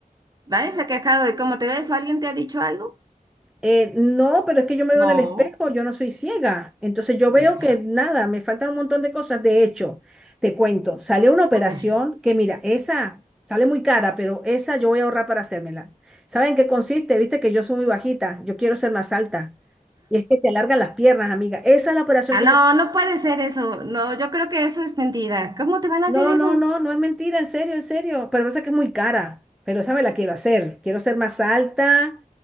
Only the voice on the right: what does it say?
nadie se ha quejado de cómo te ves o alguien te ha dicho algo.
No,
mm,
a ver,
Ah,
no,
no puede ser eso. No, yo creo que eso es mentira. ¿Cómo te van a
hacer eso?